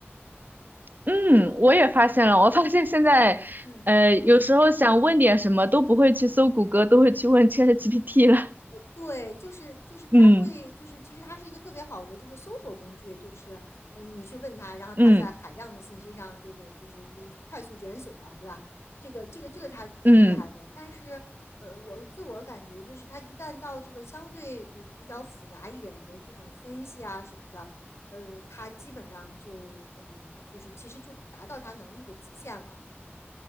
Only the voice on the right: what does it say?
嗯，我也发现了，我发现现在，
呃，有时候想问点什么都不会去搜谷歌，都会去问 ChatGPT 了。
嗯
嗯
嗯